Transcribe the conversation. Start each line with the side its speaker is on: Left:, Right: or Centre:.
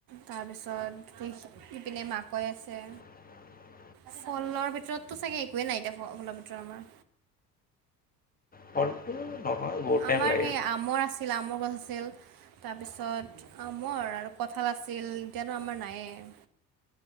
Right: তাৰপিছত এই এইপিনে মাকৈ আছে।
Left: <inaudible>
Right: ফলৰ ভিতৰততো চাগে একোৱেই নাই এতিয়া ফলৰ ভিতৰত আমাৰ।
Left: ফলটো নহয় বহুত টাইম
Right: আমাৰ
Left: লাগে।
Right: সেই আমৰ আছে। আছিল আমৰ গছ আছিল। তাৰপিছত আমৰ আৰু কঁঠাল আছিল এতিয়ানো আমাৰ নায়েই।